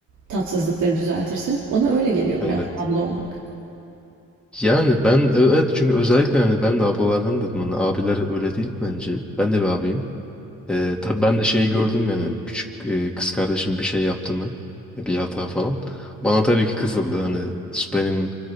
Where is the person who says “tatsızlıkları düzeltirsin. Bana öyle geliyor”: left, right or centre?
Right